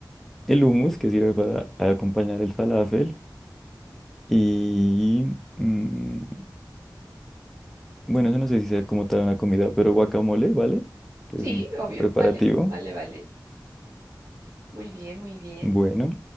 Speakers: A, in the centre; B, on the right.
A: El hummus, que sirve para acompañar el falafel. Y mm, bueno, eso no sé si sea como tal una comida, pero guacamole, ¿vale? Que
B: Sí,
A: es un
B: obvio,
A: preparativo.
B: vale, vale, vale. Muy bien, muy bien.
A: Bueno,